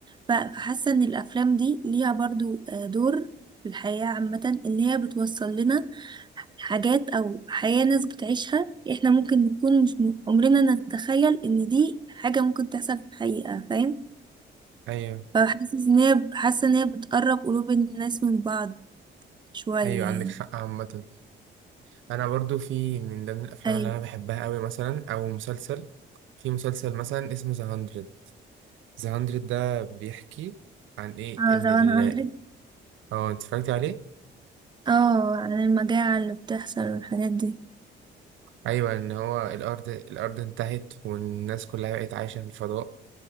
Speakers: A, on the right; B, on the right.
A: ف- فحاسة ان الافلام دي ليها برضو آه، دور في الحياة عامة اللي هي بتوصل لنا حاجات او حياة ناس بتعيشها احنا ممكن نكون مش م- عمرنا نتخيل ان دي حاجة ممكن تحصل في الحقيقة فاهم
B: ايوه
A: فحاسس ان هي حاسة ان هي بتقرب قلوب الناس من بعض شوية
B: ايوه
A: يعني
B: عندك حق عامه انا برضو في من ضمن الافلام
A: ايوه
B: اللي انا بحبها قوي مثلا او مسلسل في مسلسل مثلا اسمه ذا 100 ذا 100 ده بيحكي عن ايه
A: اه
B: ان
A: ذا
B: ال
A: 100
B: اه انت اتفرجت عليه
A: اه عن المجاعة اللي بتحصل والحاجات دي
B: ايوه ان هو الارض الارض انتهت والناس كلها بقت عايشه في الفضاء